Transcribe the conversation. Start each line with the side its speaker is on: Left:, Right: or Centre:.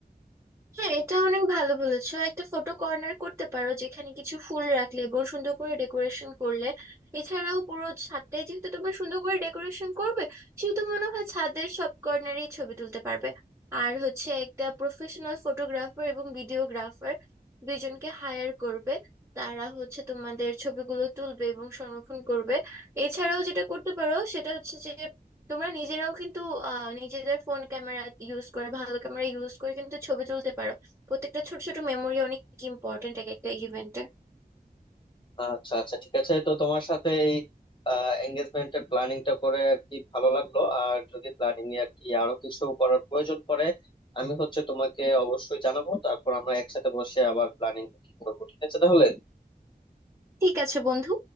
Right: হ্যাঁ এটা অনেক ভালো বলেছো একটা ফটো কর্নার করতে পারো যেখানে কিছু ফুল রাখলে এবং সুন্দর করে ডেকোরেশন করলে এছাড়াও পুরো ছাদটাই যেহেতু তোমরা সুন্দর করে ডেকোরেশন করবে সেহেতু মনে হয় ছাদের সব কর্নারেই ছবি তুলতে পারবে আর হচ্ছে একটা প্রফেশনাল ফটোগ্রাফার এবং ভিডিওগ্রাফার দুইজনকে হায়ার করবে তারা হচ্ছে তোমাদের ছবিগুলো তুলবে এবং সংরক্ষণ করবে এছাড়াও যেটা করতে পারো সেটা হচ্ছে যে তোমরা নিজেরাও কিন্তু আহ, নিজেদের ফোন ক্যামেরা ইউজ করে ভালো ক্যামেরা ইউজ করে কিন্তু ছবি তুলতে পারো প্রত্যেকটা ছোট ছোট মেমোরি অনেক ইম্পর্ট্যান্ট এক একটা ইভেন্টে
Left: আচ্ছা আচ্ছা ঠিক আছে তো তোমার সাথে এই এঙ্গেজমেন্টের প্ল্যানিংটা করে আর কি ভালো লাগলো আর যদি প্ল্যানিং এ আর কি আরো কিছু করার প্রয়োজন পড়ে আমি হচ্ছে তোমাকে অবশ্যই জানাবো তারপর আমরা একসাথে বসে আবার প্ল্যানিং ঠিক করবো ঠিক আছে তাহলে
Right: ঠিক আছে বন্ধু